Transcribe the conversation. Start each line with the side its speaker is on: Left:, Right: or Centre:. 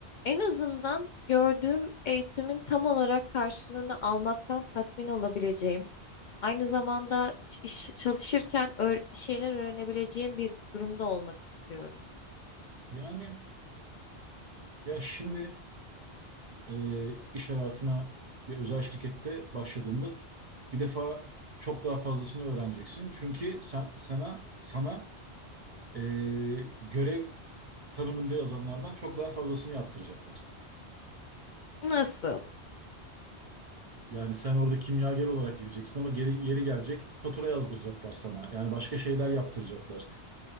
Left: en azından gördüğüm eğitimin tam olarak karşılığını almaktan tatmin olabileceğim. Aynı zamanda ç- iş çalışırken öğ- bir şeyler öğrenebileceğim bir durumda olmak istiyorum.
Right: Yani ya şimdi e, iş hayatına bir özel şirkette başladığında bir defa çok daha fazlasını öğreneceksin. Çünkü sen, sana sana e, görev tanımında yazanlardan çok daha fazlasını yaptıracaklar.
Left: Nasıl?
Right: Yani sen orada kimyager olarak gireceksin ama geri, yeri gelecek fatura yazdıracaklar sana. Yani başka şeyler yaptıracaklar.